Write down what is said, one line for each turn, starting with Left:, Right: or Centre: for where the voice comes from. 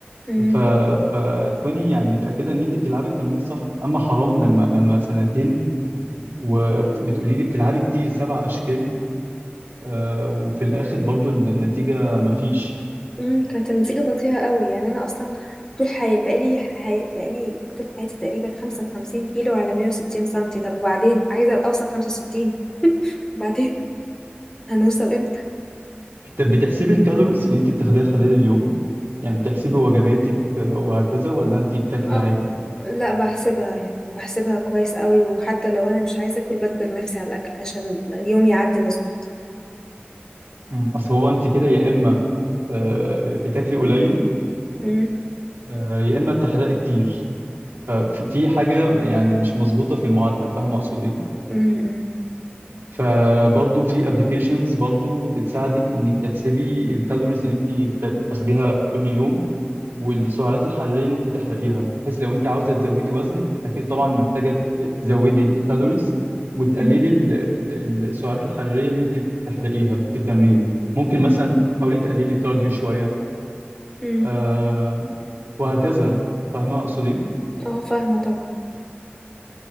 Left: مم.
Right: ف... فتكوني يعني متأكدة ان انت بتلعبي التمرين صح اما حرام لما لما سنتين وبتقولي لي بتلعبي كتير سبع اشكال آه، وفي الاخر برضو النتيجة مفيش
Left: مم. كانت النتيجة بطيئة قوي يعني أنا أصلا طول حياتي بقالي حي... بقالي طول حياتي تقريبا 55 كيلو على 160 سنتي طب وبعدين عايزة أوصل 65 بعدين <laughs> هنوصل امتى؟
Right: طب بتحسبي الكالوريز اللي انت بتاخديها خلال اليوم يعني بتحسبي وجباتك آه، وهكذا ولا انت بتاكلي
Left: اه
Right: عادي
Left: لا بحسبها يعني بحسبها كويس قوي وحتى لو أنا مش عايزة أكل بجبر نفسي على الأكل عشان اليوم يعدي مظبوط
Right: مم. اصل هو انت كده يا اما آه، بتاكلي قليل
Left: مم.
Right: آه، يا اما بتحرقي كتير ففي في حاجه يعني مش مظبوطه في المعادله فاهمه اقصد ايه
Left: مم. مم.
Right: فبرضه في ابلكيشنز برضه بتساعدك انك تحسبي الكالوريز اللي انت بتا- تاخديها كل يوم والسعرات الحراريه اللي انت بتحرقيها بحيث لو انت عاوزه تزودي وزنك اكيد طبعا محتاجه ت- تزودي الكالوريز وتقللي
Left: مم.
Right: ال- ال- السعرات الحراريه اللي انت بتحرقيها في التمرين ممكن مثلا تحاولي تقللي الكارديو شويه
Left: مم.
Right: آه وهكذا فاهمه اقصد ايه
Left: اه فاهمة طبعا